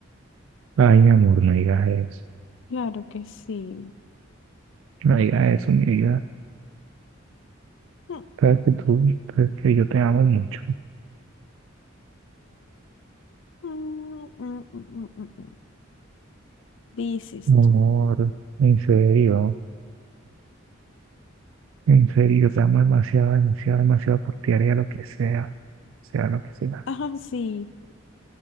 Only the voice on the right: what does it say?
Ay, mi amor, no digas eso,
no digas eso, mi vida.
Sabes que tú, sabes que yo te amo mucho,
mi
amor, en serio, en serio, yo te amo demasiado, demasiado, demasiado por ti, haría lo que sea, sea lo que sea.